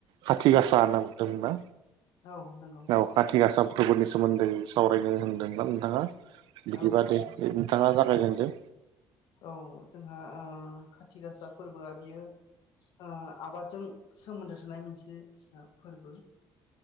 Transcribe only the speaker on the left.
औ नंगौ
औ
नंगौ
औ जोंहा ओ खाथि गासा फोरबोआ बियो ओ आबादजों सोमोन्दो थानाय मोनसे आ फोरबो।